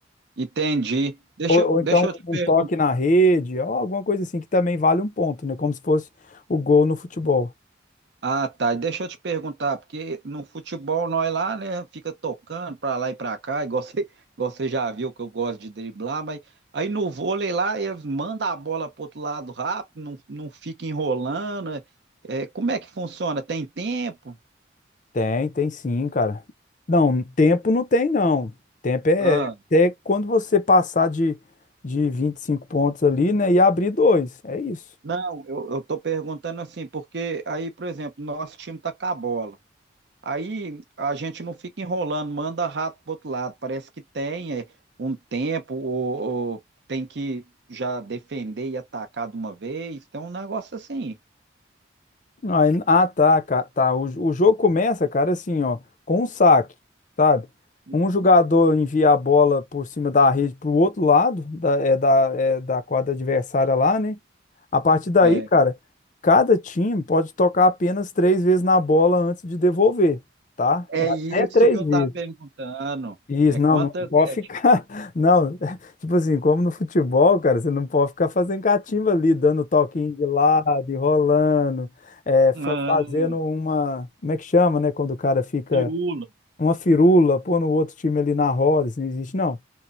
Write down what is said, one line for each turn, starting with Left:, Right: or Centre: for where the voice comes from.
Right: Entendi. Deixa,
Left: Ou,
Right: eu-
Left: ou então
Right: deixa eu te
Left: um
Right: perguntar.
Left: toque na rede, ou alguma coisa assim que também vale um ponto, né? Como se fosse o gol no futebol.
Right: Ah, tá. Deixa eu te perguntar, porque no futebol nós lá, né, fica tocando pra lá e pra cá, igual você, <laughs> igual você já viu que eu gosto de driblar, mas aí no vôlei lá eles mandam a bola pro outro lado rápido, não, não fica enrolando. É, é, como é que funciona? Tem tempo?
Left: Tem, tem sim, cara. Não, tempo não tem, não. Tempo é
Right: Ah,
Left: até quando você passar de, de 25 pontos ali, né? E abrir dois. É isso.
Right: não, eu, eu tô perguntando assim, porque aí, por exemplo, nosso time tá com a bola. Aí a gente não fica enrolando, manda rato pro outro lado. Parece que tem é, um tempo, ou, ou tem que já defender e atacar de uma vez. Tem um negócio assim.
Left: Aí- Ah, tá, cara. Tá. O, o jogo começa, cara, assim, ó, com um saque, sabe?
Right: Uhum.
Left: Um jogador envia a bola por cima da rede pro outro lado, da, é, da, é da quadra adversária lá, né? A partir daí,
Right: É,
Left: cara, cada time pode tocar apenas três vezes na bola antes de devolver, tá?
Right: é
Left: É até
Right: isso
Left: três
Right: que eu
Left: vezes.
Right: estava perguntando.
Left: Isso,
Right: É
Left: não,
Right: quantas.
Left: não pode
Right: É,
Left: ficar. <laughs> Não, <laughs> tipo assim, como no futebol, cara, você não pode ficar fazendo catimba ali, dando toquinho de lado, enrolando, é, fa-
Right: ah,
Left: fazendo uma. Como é que chama, né? Quando o cara fica
Right: firula.
Left: uma firula, pô no outro time ali na roda, isso não existe, não.